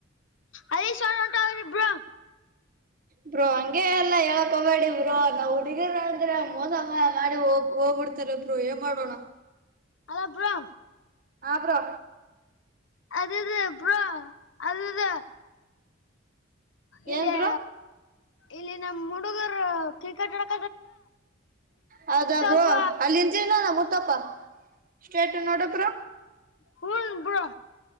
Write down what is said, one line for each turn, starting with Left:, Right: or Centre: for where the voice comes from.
Left: ಅಲ್ಲಿ ಸ ಹೊಂಟನ್ ಬ್ರೋ <unintelligible>
Right: ಬ್ರೋ ಹಂಗೆ ಎಲ್ಲಾ ಹೇಳಕ್ ಹೋಗಬೇಡಿ ಬ್ರೋ ನಾವ್ ಹುಡಿಗರ ಆದ್ರ ಮೋಸ ಮಾಡಿ ಮಾಡಿ ಹೋಗ ಹೋಗ್ಬಿಡ್ತಾರ ಬ್ರೋ ಏನ್ ಮಾಡೋಣ.
Left: ಹಲೋ ಬ್ರೋ
Right: ಹಾ ಬ್ರೋ
Left: ಅದು ಇದು ಬ್ರೋ ಅದಿದು. ಇಲ್ಲೇ.
Right: ಏನ್ ಬ್ರೋ
Left: ಇಲ್ಲಿ ನಮ್ಮುಡುಗರು ಕ್ರಿಕಟ್ ಆಡಕ್.
Right: ಹೌದಾ ಬ್ರೋ
Left: ಒಬ್ಬ
Right: ಅಲ್ಲಿಂತೀನಲ್ಲ ಗೊ ತಪ್ಪಾ. ಸ್ಟೇಟ್ ನೋಡು ಬ್ರೋ.
Left: ಹ್ಮ್ ಬ್ರೋ